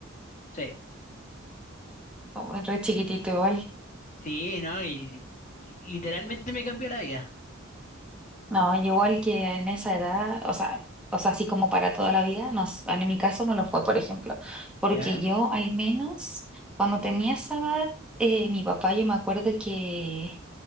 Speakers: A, on the left (about 40°); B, in the centre.
A: Sí,
B: Oh, re chiquitito igual.
A: sí, ¿no? Y literalmente me cambió la vida.
B: No, yo igual que en esa edad, o sea, o sea, así como para toda la vida, no, s- en mi caso no lo fue, por ejemplo. Porque
A: ¿Ya?
B: yo al menos, cuando tenía esa edad, eh, mi papá, yo me acuerdo que